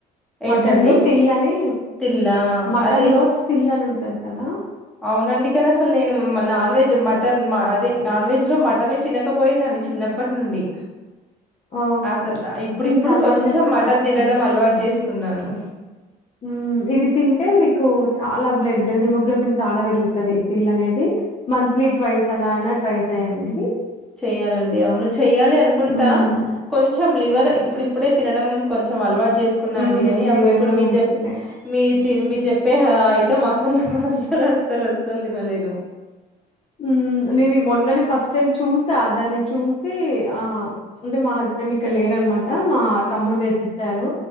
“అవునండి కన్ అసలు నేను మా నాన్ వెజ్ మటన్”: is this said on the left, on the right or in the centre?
Centre